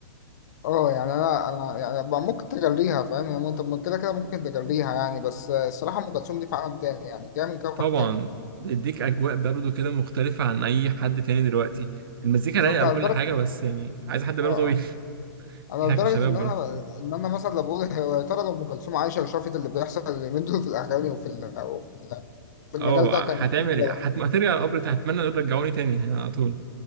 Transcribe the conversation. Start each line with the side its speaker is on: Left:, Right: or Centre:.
Left: اه يعني انا انا يعني بقى ممكن تجريها فاهم يعني انت ممكن- كده كده ممكن تجريها يعني بس آه، الصراحه ام كلثوم دي في عالم تاني يعني جايه من كوكب
Right: طبعا
Left: تاني
Right: بيديك اجواء برضه كده مختلفه عن اي حد تاني دلوقتي المزيكا
Left: بالظبط
Right: رايقه
Left: على
Right: وكل
Left: لدرجه
Right: حاجه بس يعني عايز حد باله
Left: اه آه.
Right: طويل <laughs>
Left: انا
Right: احنا
Left: لدرجه
Right: كشباب
Left: ان انا
Right: برضه
Left: ان انا مثلا لو بقول يا ترى لو ام كلثوم عايشه وشافت اللي بيحصل اليومين دول في الاغاني وفي ال- وفي في المجال
Right: اه
Left: ده كان
Right: هتعمل
Left: إيه دورها؟
Right: ايه هت- هترجع القبر تاني. هتمنى دول رجعوني تاني يعني على طول